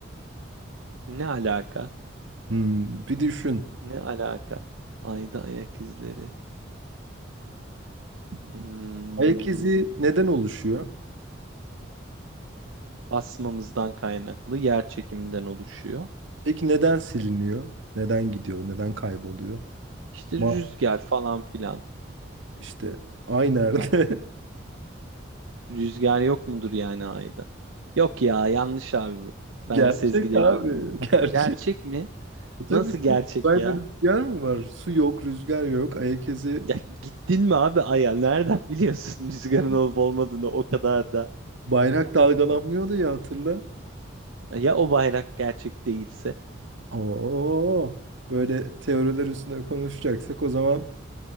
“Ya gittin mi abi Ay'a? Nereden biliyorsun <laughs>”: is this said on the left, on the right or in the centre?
Right